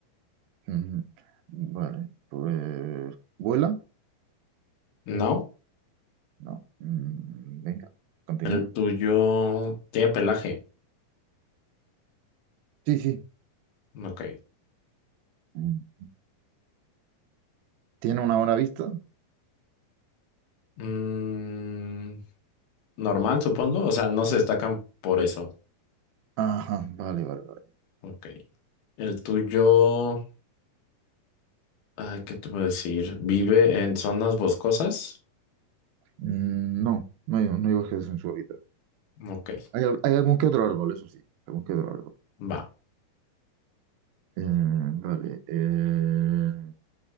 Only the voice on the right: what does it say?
Ujú. Vale, pues... ¿Vuela?
No. Mm, venga, continúa.
Sí, sí.
Mm. ¿Tiene una buena vista?
Ajá, vale, vale, vale.
Mm, no, no hay, no hay bosques en su hábitat.
Hay, al- hay algún que otro árbol, eso sí, algún que otro árbol.
Eh, vale. eh,